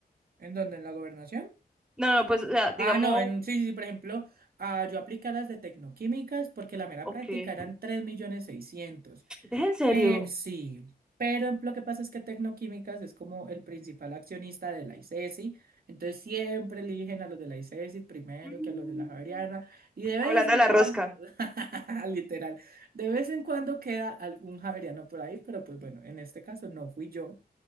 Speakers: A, on the right; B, in the centre.
A: ¿En donde ¿En la gobernación?
B: No, no, pues, o sea, digamos,
A: Ah, no, en, sí, sí, sí, por ejemplo, ah, yo apliqué a las de tecnoquímicas porque la mera
B: Ok.
A: práctica
B: ¿Es
A: eran 3.600.000.
B: en serio?
A: Pe- sí, pero em, lo que pasa es que tecnoquímicas es como el principal accionista de la ICESI, entonces siempre eligen a los de la ICESI primero
B: Mm,
A: que a los de la Javeriana y de vez
B: Hablando
A: en
B: de la
A: cuando,
B: rosca.
A: <laughs> literal, de vez en cuando queda algún Javeriano por ahí, pero pues bueno, en este caso no fui yo.